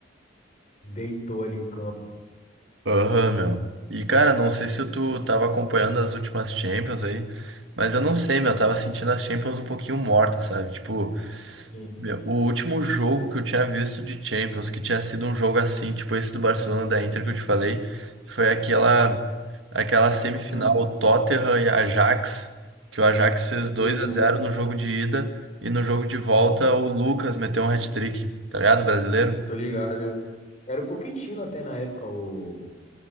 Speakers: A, on the left (about 35°); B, on the right (about 80°).
A: Deitou ali em campo.
B: Aham, meu. E, cara, não sei se tu tava acompanhando as últimas Champions aí, mas eu não sei, meu. Eu tava sentindo as Champions um pouquinho mortas, sabe? Tipo.
A: Sim,
B: Meu, o último jogo que eu tinha visto de Champions, que tinha sido um jogo assim, tipo esse do Barcelona da Inter que eu te falei, foi aquela aquela semifinal
A: Hum,
B: Tottenham e Ajax, que o Ajax fez 2
A: tu...
B: a zero no jogo de ida e no jogo de volta o Lucas meteu um hat-trick, tá ligado? Brasileiro?
A: eu tô ligado. Era o Pochettino até na época, o,